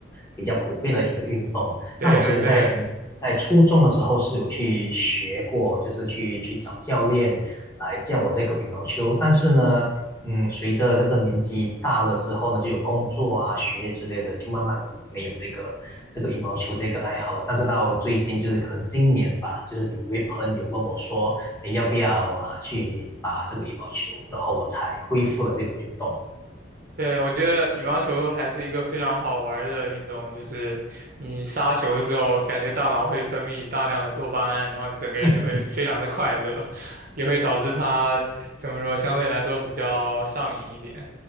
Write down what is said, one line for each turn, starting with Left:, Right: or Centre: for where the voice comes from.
Left: 比较普遍的一个运动。
Right: 对对对。
Left: 那我其实在，嗯在初中的时候是有去学过，就是去去找教练来教我这个羽毛球，但是呢。嗯，随着这个年纪大了之后呢，就有工作啊、学业之类的，就慢慢没有这个这个羽毛球这个爱好了。但是到最近，就是可能今年吧，就是有一位朋友问我说，诶，要不要啊去打这个羽毛球？然后我才恢复了这个运动。
Right: 对，我觉得羽毛球还是一个非常好玩儿的运动，就是你杀球的时候，感觉大脑会分泌大量的多巴胺，然后你整个人就会非常的快乐，
Left: <laughs>
Right: <laughs> 也会导致它怎么说，相对来说比较上瘾一点。